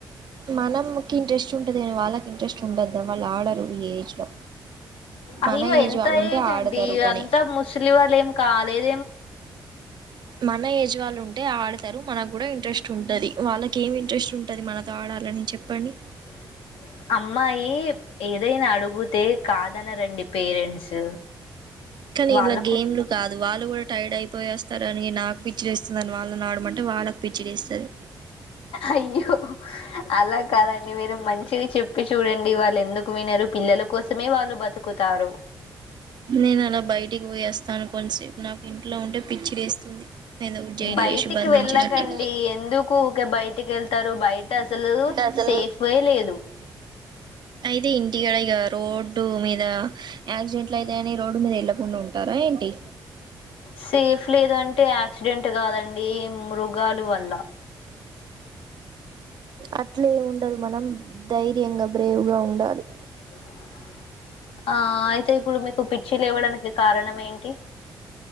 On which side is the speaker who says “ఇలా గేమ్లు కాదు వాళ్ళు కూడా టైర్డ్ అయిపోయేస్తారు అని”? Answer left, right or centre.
Right